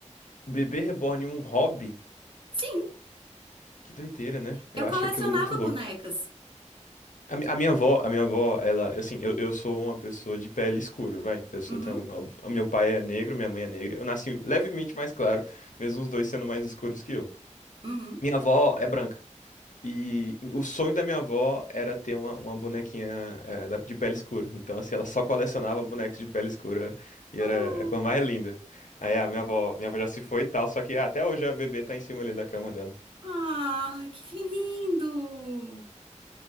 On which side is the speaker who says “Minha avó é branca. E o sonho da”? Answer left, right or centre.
Left